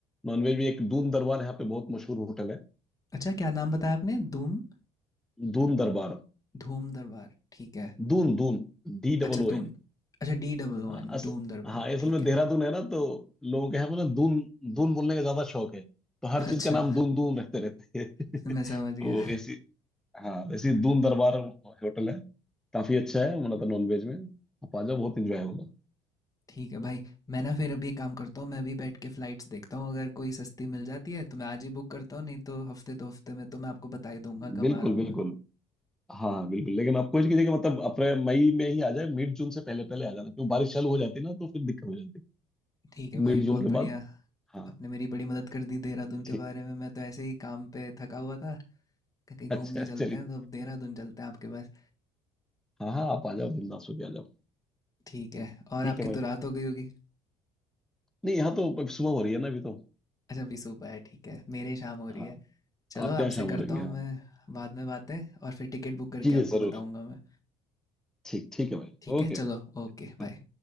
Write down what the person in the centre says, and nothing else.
नॉन वेज भी एक दून दरबार यहाँ पे बहुत मशहूर होटल है
दून दरबार
दून दून डी डबल
ओ एन
हाँ
अस
हाँ असल
में
देहरादून है ना तो लोगों के यहाँ पे ना दून दून बोलने का ज्यादा शौक है तो हर
चीज का नाम दून दून रखते रहते हैं
<laughs>
तो
ऐसी हाँ ऐसी दून दरबार होटल है काफी अच्छा है हमारा तो नॉनवेज में आप आ जाओ बहुत इंजॉय होगा
बिल्कुल
बिल्कुल
हाँ बिल्कुल लेकिन आप कोशिश कीजिए कि मतलब अप्रैल मई में ही आ जाए मिड जून से पहले पहले आ जाना क्यों बारिश चालू हो जाती है ना तो फिर दिक्कत हो जाती
है
मिड जून
के
बाद हाँ
ठीक
अच्छा
चलिए
हाँ हाँ आप आ जाओ बिंदास होके आ जाओ
ठीक
है भाई
नहीं यहाँ तो अब सुबह हो रही है ना अभी तो
हाँ
आपके यहाँ
शाम हो
रही
है हाँ
जी
जी जरूर
ठीक ठीक है भाई
ओके
हाँ।